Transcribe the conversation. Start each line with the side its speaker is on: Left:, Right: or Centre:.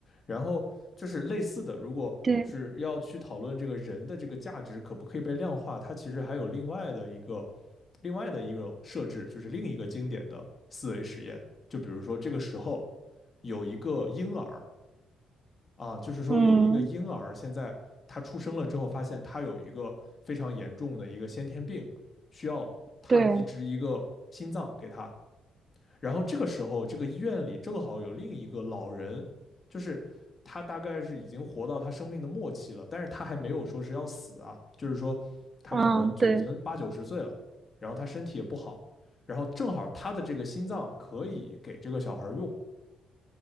Left: 然后就是类似的，如果是要去讨论这个人的这个价值可不可以被量化，
Right: 对，
Left: 它其实还有另外的一个另外的一种设置，就是另一个经典的思维实验。就比如说这个时候有一个婴儿，啊，就是说有一个婴儿现在他出生了之后，
Right: 嗯，
Left: 发现他有一个非常严重的一个先天病，需要他移植一个心脏给他。
Right: 对，
Left: 然后这个时候，这个医院里正好有另一个老人，就是他大概是已经活到他生命的末期了，但是他还没有说是要死啊，就是说他可能就已经八九十岁了，
Right: 嗯，对，
Left: 然后他身体也不好，然后正好他的这个心脏可以给这个小孩用，